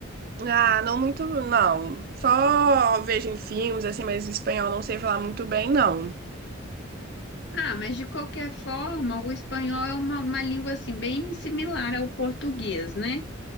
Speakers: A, on the right (about 50°); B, on the left (about 60°).
A: Ah, não muito, não. Só vejo em filmes, assim, mas espanhol não sei falar muito bem, não.
B: Ah, mas de qualquer forma, o espanhol é uma, uma língua assim bem similar ao português, né?